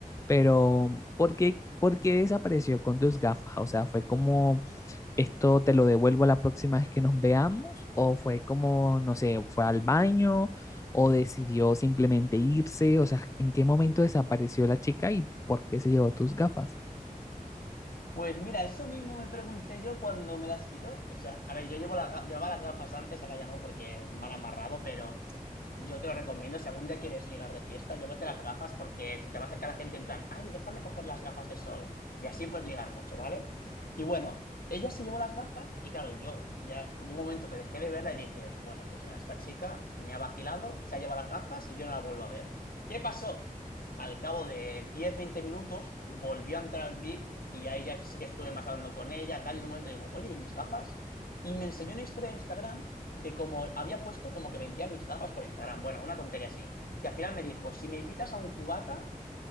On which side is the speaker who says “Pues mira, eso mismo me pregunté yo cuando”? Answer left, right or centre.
Left